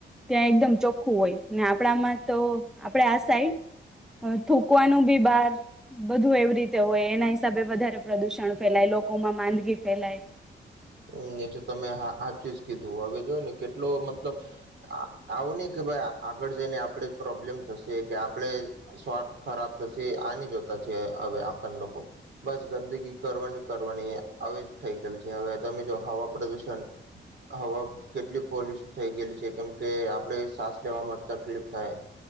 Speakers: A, in the centre; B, on the right (about 65°).
A: ત્યાં એકદમ ચોખ્ખું હોય અને આપડા માં તો આપડે આ સાઈડ થૂકવાનું બી બહાર બધું એવી રીતે હોય, એના હિસાબે વધારે પ્રદુષણ ફેલાય, લોકોમાં માંદગી ફેલાય.
B: હમ્મ, એતો તમે હા હાચું જ કીધું. હવે જોવો ને કેટલો મતલબ આ આવની કે ભાઈ આ આગળ જઈને આપણે પ્રોબ્લેમ થશે કે આપણે સ્વાર્થ ખરાબ થશે આની જોતા છે હવે આપણ લોકો, બસ ગંદકી કરવાની કરવાની આવી જ થઈ ગયેલું છે હવે. તમે જો હવા પ્રદુષણ ષણ હવા કેટલી પોલ્યુસ થઈ ગયેલું છે કેમ કે આપણે સાસ લેવામાં તકલીફ થાય.